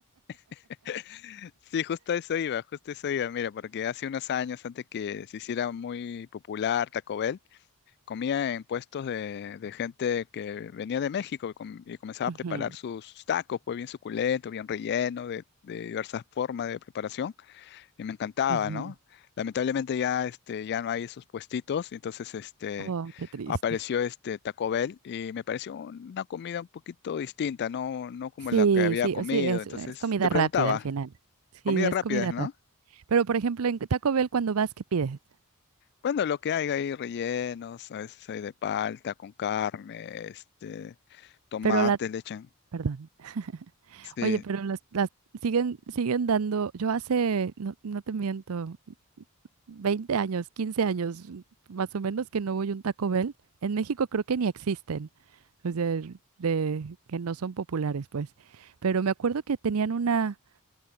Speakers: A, on the left; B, on the right.
A: <laughs> Sí, justo a eso iba, justo a eso iba. Mira, porque hace unos años, antes que se hiciera muy popular Taco Bell, comía en puestos de, de gente que venía de México y, com- y comenzaba
B: Ujú,
A: a preparar sus, sus tacos, pues bien suculento, bien relleno, de, de diversas formas de preparación y me encantaba,
B: ujú.
A: ¿no? Lamentablemente ya, este, ya no hay esos puestitos, entonces este,
B: Oh, qué triste.
A: apareció este Taco Bell y me pareció una comida un poquito distinta, no, no como
B: Sí,
A: la que había
B: sí,
A: comido.
B: o sí, es,
A: Entonces
B: es comida
A: te preguntaba,
B: rápida al final. Sí,
A: comidas
B: es
A: rápidas,
B: comida rápida.
A: ¿no?
B: Pero, por ejemplo, en Taco Bell cuando vas, ¿qué pides?
A: Bueno, lo que hay, hay rellenos, a veces hay de palta con carne, este, tomate,
B: Pero la,
A: le echan.
B: perdón. <laughs>
A: Sí,
B: Oye, pero las, las siguen, siguen dando, yo hace, no, no te miento, 20 años, 15 años, más o menos que no voy a un Taco Bell. En México creo que ni existen. O sea, de que no son populares, pues. Pero me acuerdo que tenían una.